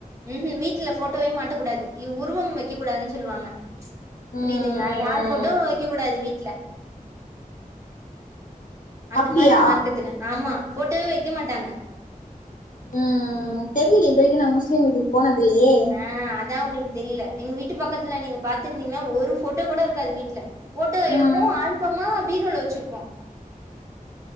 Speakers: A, on the right; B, on the left.
A: உம் ம் வீட்டுல ஃபோட்டோவே மாட்டக் கூடாது உருவம் வெக்க கூடாதுன்னு சொல்லுவாங்க
B: ம் ம்
A: புரியுதுங்களா யார் போட்டோவு
B: ம்
A: வெக்க கூடாது வீட்டுல அந்த
B: அப்டியா
A: மாரி மார்க்கத்துல ஆமா ஃபோட்டோவே வெய்க்க மாட்டாங்க
B: ம் தெரியலலே இது வரைக்கு நா முஸ்லீம் வீட்டுக்கு போனது இல்லையே
A: ஆ அதா ஒங்ளுக்கு தெரியல எங்க வீட்டு பக்கத்துல நீங்க பாத்துருந்தீங்கன்னா ஒரு ஃபோட்டோ கூட இருக்காது வீட்ல ஃபோட்டோ எடுப்போ
B: ம்
A: ஆல்பமா பீரோல வெச்சிருப்போ